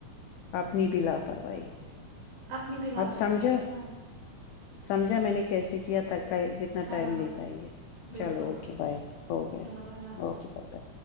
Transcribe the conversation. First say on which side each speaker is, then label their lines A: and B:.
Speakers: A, on the left; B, on the right.
A: اپنی بھی لاپرواہی ہے
B: اپنی بھی لاپرواہی
A: اب سمجھا
B: ہے نا
A: سمجھا میں نے کیسے کیا تھاک کتنا
B: ہاں
A: ٹائم لیتا ہے یہ
B: بالکل
A: چلو اوکے بائے ہو گیا
B: چلو بھائی، اللہ حافظ
A: اوکے بائے بائے